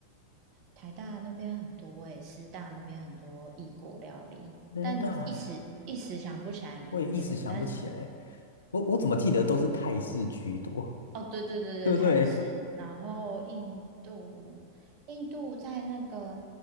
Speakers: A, on the right; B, on the left.
A: 台大那边很多诶、师大那边很多异国料理，
B: 真道大，
A: 但一时一时想不起来名字，
B: 我也一时想不起来。
A: 但
B: 我我怎么记得都是泰式居多，
A: 哦，对对对对，
B: 对不对？
A: 泰式。然后印度，印度在那个